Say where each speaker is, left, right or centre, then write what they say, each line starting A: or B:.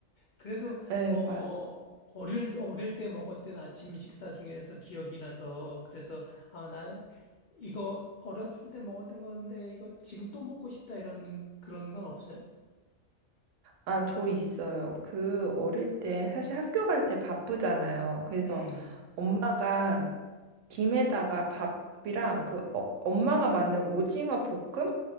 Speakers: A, on the left (about 80°); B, on the right (about 75°).
A: 그래도
B: 네,
A: 어
B: 맞.
A: 어릴 어릴 때 먹었던 아침 식사 중에서 기억이 나서 그래서 아 나 이거 어렸을 때 먹었던 건데 이거 지금 또 먹고 싶다 이런 그런 건 없어요?
B: 아, 저 있어요. 그 어릴 때 사실 학교 갈 때 바쁘잖아요. 그래서
A: 음.
B: 엄마가 김에다가 밥이랑 그 어, 엄마가 만든 오징어 볶음